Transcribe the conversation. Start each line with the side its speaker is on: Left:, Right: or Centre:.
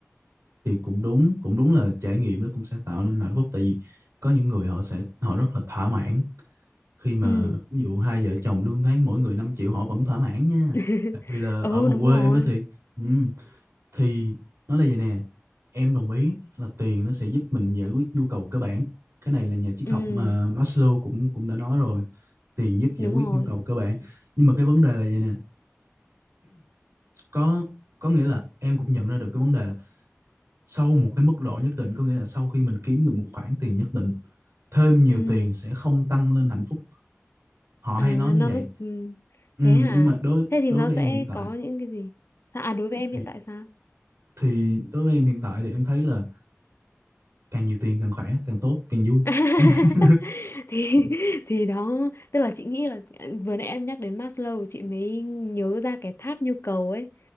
Right: thì cũng đúng cũng đúng là trải nghiệm nó cũng sẽ tạo nên hạnh phúc tại vì có những người họ sẽ họ rất là thỏa mãn khi mà
Left: Ừ.
Right: ví dụ hai vợ chồng lương tháng mỗi người 5 triệu họ vẫn thỏa mãn nha
Left: <laughs>
Right: đặc biệt là
Left: ừ
Right: ở vùng
Left: đúng
Right: quê
Left: rồi
Right: em đó thì ừ, thì nó là vậy nè em đồng ý là tiền nó sẽ giúp mình giải quyết nhu cầu cơ bản cái này là nhà triết
Left: ừ
Right: học mà Maslow cũng cũng đã nói rồi tiền giúp giải
Left: đúng
Right: quyết
Left: rồi
Right: nhu cầu cơ bản nhưng mà cái vấn đề là vậy nè có có nghĩa là em cũng nhận ra được cái vấn đề là sau một cái mức độ nhất định có nghĩa là sau khi mình kiếm được một khoản tiền nhất định thêm nhiều
Left: ừ
Right: tiền sẽ không tăng lên hạnh phúc họ
Left: à,
Right: hay nói như
Left: nó
Right: vậy
Left: mới ừ.
Right: ừ,
Left: thế hả
Right: nhưng mà đối
Left: thế thì
Right: đối
Left: nó
Right: với
Left: sẽ
Right: em hiện tại
Left: có những cái gì Sao- à đối với em
Right: thì
Left: hiện tại sao
Right: thì đối với em hiện tại thì em thấy là càng nhiều tiền càng khỏe càng tốt càng vui
Left: <laughs>
Right: <laughs>
Left: thì thì đó tức là chị nghĩ là ờ, vừa nãy em nhắc đến Maslow chị mới nhớ ra cái tháp nhu cầu ấy